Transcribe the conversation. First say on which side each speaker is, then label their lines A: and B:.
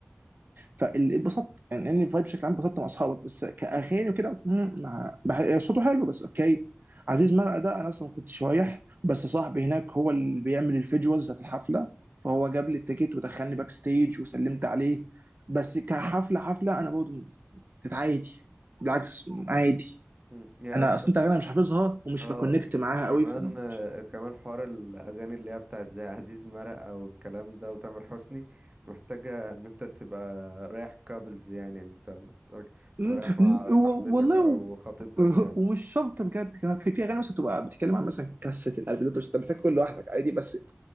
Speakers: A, on the right; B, on the right.
A: فاتبسطت يعني اني فايب بشكل عام اتبسطت مع اصحابك بس كاغاني وكده مم، ما- بح- صوته حلو بس اوكي عزيز مرقه ده انا اصلا ما كنتش رايح بس صاحبي هناك هو اللي بيعمل الفيجوالز بتاعت الحفله فهو جاب لي التيكت ودخلني باك ستيج وسلمت عليه بس كحفله حفله انا برضه كانت عادي بالعكس عادي
B: مم. هي
A: انا اصلا انت اغاني مش حافظها ومش
B: اه
A: بكونكت معاها
B: وكمان
A: قوي ف
B: آه،
A: مش-
B: كمان حوار الاغاني اللي هي بتاعت زي عزيز مرق او الكلام ده وتامر حسني محتاجه ان انت تبقى رايح كابلز يعني يعني انت محتاج
A: مم،
B: تبقى رايح مع صاحبتك
A: و- والله
B: او خطيبتك
A: <laughs>
B: يعني
A: ومش شرط بجد كمان في في اغاني مثلا بتبقى بتتكلم عن مثلا كسه القلب دول بس انت محتاج تكون لوحدك عادي بس